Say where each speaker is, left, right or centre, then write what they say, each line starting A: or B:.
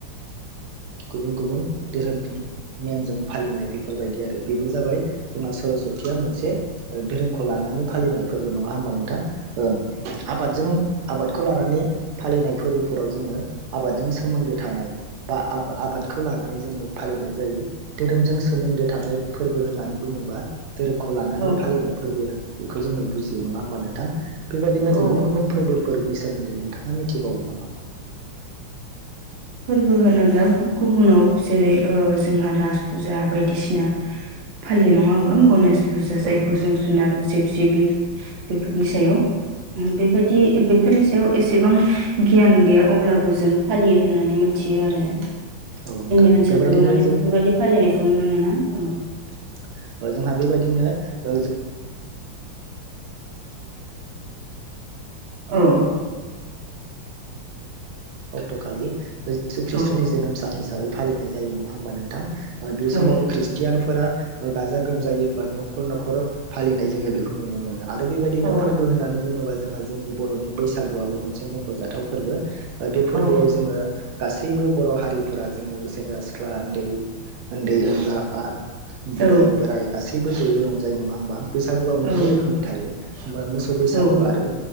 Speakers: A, on the right; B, on the right.
A: गुबुन गुबुन धोरोमनि नेमजों फालिनाय बेफोरबायदि आरो बेबो जाबाय जोंहा सरसतिया मोनसे धोरोमखौ लानानै फालिनाय फोरबो नङा होमबा नोंथां ओ आबादजों आबाद खौ लानानै फालिनाय फोरबोफोराव जोङो आबादजों सोमोन्दो थानाय बा आब-आबादखौ लानानै जोङो फालिनाय जायो धोरोमजो बुङोबा धोरोमखौ लानानै
B: औ
A: फालिनाय फोरबो बेखौ जियो नङा होमबा नोंथां बेबायदिनो
B: औ
A: गुबुन गुबुन फोरबो फोरनि सोमोन्दै नोंथाङा मिथि बावो नामा
B: बो होनोब्ला गुबुनाव जेरै ओ जोंहा राच फुजा बायदिसिना फालियो नङाहोन गणश फुजा जायखौ
A: औ नोंथां
B: जों जुनार जिब जिबि बेफोरनि सायाव बेबायदि
A: औ
B: बेफोरनि सायाव एसेबां गियान गैया अब्लाबो जों फालि जोंनि
A: औ नोंथां
B: ओनसोलफोराव
A: बेबायदिनो
B: माने बेफोरबायदि फालिनायखौ नुनो मोना औ
A: <inaudible> थां बेयाव
B: औ
A: ओ शु खृष्टनि
B: औ
A: जोनोम सानिसाबै फालिनाय जायो नङा होमबा नोंथां ओ बे समाव
B: औ
A: खृस्ट आ गाजा गोमजायै बा न'खर न'खर फालिनाय जोङो बेखौ नुनो मोनो आरो बेबायदिनो
B: औ
A: फोरबो होननानै बुङोबा जोंहा जोंनि बर'नि बैसागुआबो मोनसे मख खजाथाव फोरबो
B: औ
A: गासैबो बर' हारि फोरा‌ जोगो सेंग्रा सिख ख्ला उन्दै उन्दै उनला बा बुरै
B: औ
A: बोराय गासैबो जयै रंजायो जाय नङा होमबा? बैसागुआ मोननै
B: औ
A: रोखोमनि थायो मोसौ
B: औ
A: बैसागु
B: औ
A: आरो